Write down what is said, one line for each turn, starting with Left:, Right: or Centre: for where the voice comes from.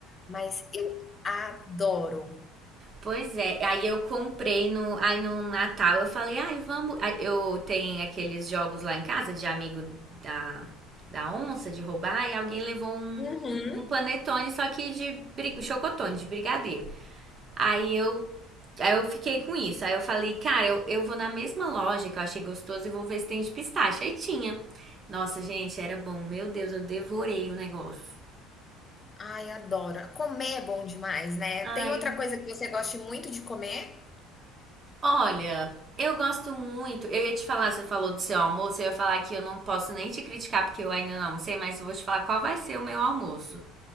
Left: mas eu adoro.
Right: Pois é, aí eu comprei no, aí no Natal, eu falei, ai, vamos, aí eu tenho aqueles jogos lá em casa de amigo da, da onça, de roubar, e alguém levou um,
Left: Uhum.
Right: um panetone, só que de bri- chocotone, de brigadeiro. Aí eu, aí eu fiquei com isso, aí eu falei, cara, eu, eu vou na mesma loja que eu achei gostoso e vou ver se tem de pistache, aí tinha. Nossa, gente, era bom, meu Deus, eu devorei o negócio.
Left: Ai, adoro. Comer é bom demais, né.
Right: Ai,
Left: Tem outra coisa que você goste muito de comer?
Right: Olha, eu gosto muito. Eu ia te falar, você falou do seu almoço, eu ia falar que eu não posso nem te criticar porque eu ainda não almocei, mas eu vou te falar qual vai ser o meu almoço.